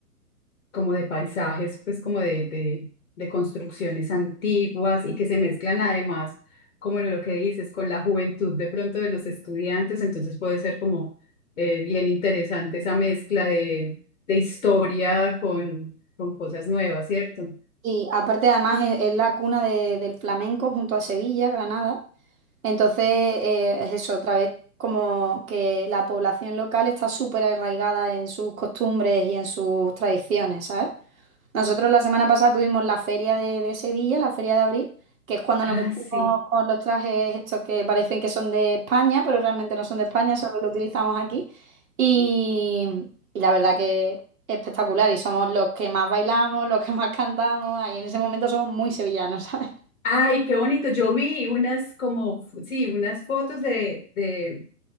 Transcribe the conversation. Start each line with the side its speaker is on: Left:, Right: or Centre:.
Left: como de paisajes, pues como de, de, de construcciones antiguas y que se mezclan además, como lo que dices, con la juventud de pronto de los estudiantes, entonces puede ser como eh, bien interesante esa mezcla de, de historia con, con cosas nuevas, ¿cierto?
Right: Y aparte, además, es, es la cuna de- del flamenco junto a Sevilla, Granada. Entonces, eh, es eso, otra vez, como que la población local está súper arraigada en sus costumbres y en sus tradiciones, ¿sabes? Nosotros la semana pasada tuvimos la feria de, de Sevilla, la feria de abril, que es cuando
Left: Ah,
Right: nos vestimos
Left: sí.
Right: con los trajes estos que parecen que son de España, pero realmente no son de España, solo lo utilizamos aquí. Y, y la verdad que es espectacular y somos los que más bailamos, los que más cantamos, ahí en ese momento somos muy sevillanos, <laughs> ¿sabes?
Left: Ay, qué bonito. Yo vi unas como, f- sí, unas fotos de, de,